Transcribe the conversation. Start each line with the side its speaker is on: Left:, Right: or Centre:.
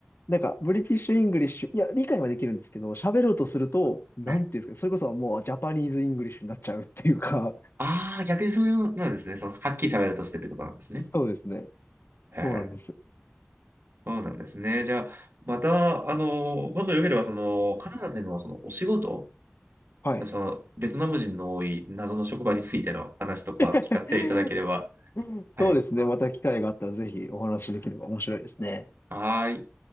Left: なんか、ブリティッシュ・イングリッシュ、いや、理解はできるんですけど、喋ろうとすると、なんていうんですかね、
Right: はい。
Left: それこそもうジャパニーズ・イングリッシュになっちゃうっていうか、
Right: ああ、逆にそういうなんですね。その、はっきり喋るとしてってことなんですね。
Left: そうですね。
Right: はえ、
Left: そうなんです。
Right: そうなんですね。じゃあ、また、あの、今度よければ、その、カナダでのそのお仕事、
Left: はい。
Right: その、ベトナム人の多い謎の職場についての話とか聞かせていただければ。
Left: <laughs>
Right: はい。
Left: そうですね。また機会があったらぜひお話しできれば面白いですね。
Right: はーい。